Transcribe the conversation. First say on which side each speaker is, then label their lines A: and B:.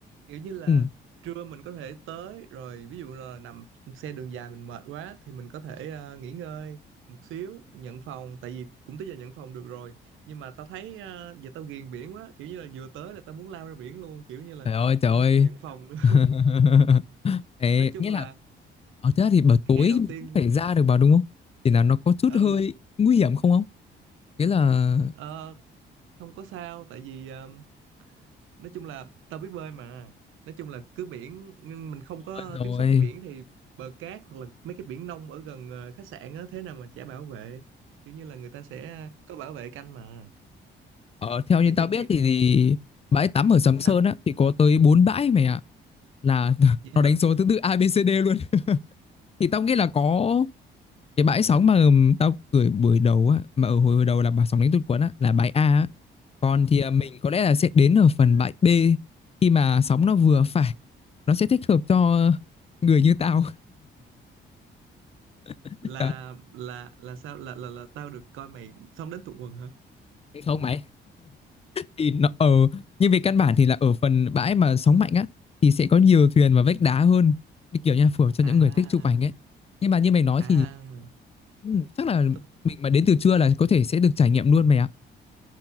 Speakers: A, on the right (about 85°); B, on the left (about 30°).
A: kiểu như là
B: ừ.
A: trưa mình có thể tới rồi ví dụ là nằm xe đường dài mình mệt quá thì mình có thể ờ, nghỉ ngơi một xíu nhận phòng tại vì cũng tới giờ nhận phòng được rồi nhưng mà tao thấy ờ, giờ tao ghiền biển quá kiểu như là vừa tới là tao muốn lao ra biển luôn kiểu như là
B: trời ơi
A: không
B: trời ơi
A: có cần nhận phòng nữa <laughs>
B: <laughs> Đấy,
A: nói chung
B: nghĩa là
A: là
B: ở thế thì bảo
A: cái
B: tối
A: ngày đầu
B: mình
A: tiên
B: cũng phải ra được vào đúng không thì là nó có chút
A: ừ
B: hơi nguy hiểm không không nghĩa là
A: ờ, không có sao tại vì ờ, nói chung là tao biết bơi mà nói chung là cứ biển nhưng mình không có
B: rồi
A: tiếp xúc với biển thì bờ cát hoặc là mấy cái biển nông ở gần ờ, khách sạn á thế nào mà chả bảo vệ kiểu như là người ta sẽ có bảo vệ canh mà
B: ở theo
A: vậy
B: như tao
A: thì
B: biết
A: ngày
B: thì, thì bãi tắm
A: ừ,
B: ở Sầm
A: sao
B: Sơn á thì có tới 4 bãi mày ạ là <laughs>
A: vậy
B: nó đánh
A: hả
B: số thứ tự A B C D luôn thì tao nghĩ là có cái bãi sóng mà ừm, tao gửi buổi đầu á mà ở hồi hồi đầu là bà sóng đánh tụt quấn á là bãi A á còn thì à, mình có lẽ là sẽ đến ở phần bãi B khi mà sóng nó vừa phải nó sẽ thích hợp cho người như tao <laughs>
A: là
B: Đấy
A: là là sao là là là tao được coi mày xong đến tụ quần hả
B: không mày thì nó ở nhưng về căn bản thì là ở phần bãi mà sóng mạnh á thì sẽ có nhiều thuyền và vách đá hơn thì kiểu như là phù hợp cho
A: à
B: những người thích chụp ảnh ấy nhưng mà như mày nói
A: à
B: thì ừ, chắc là
A: tao
B: mình mà đến từ trưa là có thể sẽ được trải nghiệm luôn mày ạ